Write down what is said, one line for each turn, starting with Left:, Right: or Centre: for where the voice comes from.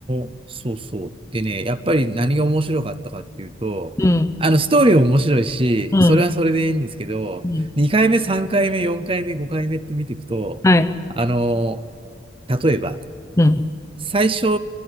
Right: ーそうそう。でね、やっぱり何が面白かったかっていうと、
Left: うん。
Right: あの、ストーリーも面白いし、
Left: うん。
Right: それはそれでいいんですけど、
Left: うん。
Right: 2回目、3回目、4回目、5回目って見ていくと、
Left: はい。
Right: あのー例えば、
Left: うん。
Right: 最初、